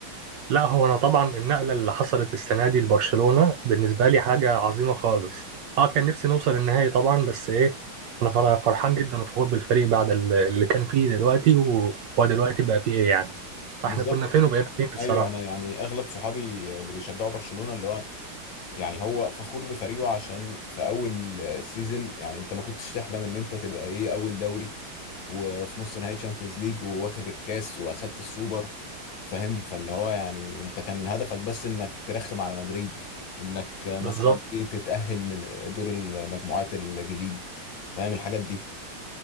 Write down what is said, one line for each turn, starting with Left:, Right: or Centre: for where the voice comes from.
Right: لا هو انا طبعا النقله اللي حصلت السنه دي لبرشلونه بالنسبه لي حاجه عظيمه خالص اه كان نفسي نوصل النهائي طبعا بس ايه انا فر- فرحان جدا وفخور بالفريق بعد ال- اللي كان فيه دلوقتي و- وهو دلوقتي بقى فيه ايه يعني فاحنا
Left: بالظبط
Right: كنا فين وبقينا فين الصراحه
Left: ايوه انا يعني اغلب صحابي اللي بيشجعوا برشلونة اللي هو يعني هو فخور بفريقه عشان في اول السيزون يعني انت ما كنتش تحلم ان انت تبقى ايه اول دوري وفي نص نهائي تشامبيونز ليج واخد الكاس واخدت السوبر فاهم فاللي هو يعني انت كان هدفك بس انك ترخم على مدريد انك مثلا
Right: بالظبط
Left: ايه تتأهل من دور المجموعات الجديد فاهم الحاجات دي